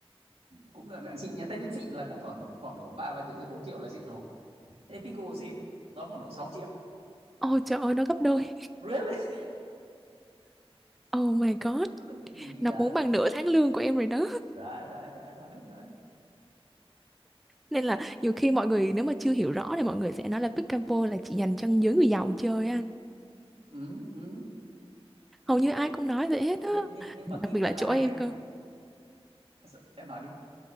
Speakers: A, on the right (about 80°); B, in the centre.
A: cũng dạng dạng xịn nhà tennis xịn là cũng khoảng độ khoảng độ ba ba triệu rưỡi bốn triệu là xịn rồi thế Peekaboo xịn đó khoảng độ sáu triệu
B: Ôi trời ơi nó gấp đôi
A: Really? <laughs>
B: Oh my
A: Nó,
B: god
A: nó, nó kỳ
B: Nó
A: đấy.
B: muốn bằng nửa tháng lương của em rồi đó
A: Đấy, đấy, đấy, đấy, đấy.
B: nên là nhiều khi mọi người nếu mà chưa hiểu rõ thì mọi người sẽ nói là pickleball là chỉ dành cho giới người giàu chơi á
A: Ừ, ừ.
B: hầu
A: Nhưng,
B: như
A: nhưng,
B: ai cũng nói vậy hết á
A: nhưng, nhưng nhưng
B: đặc
A: mà tin
B: biệt là
A: rất là
B: chỗ
A: hay
B: em
A: ấy.
B: cơ
A: Sợ- Em nói đi.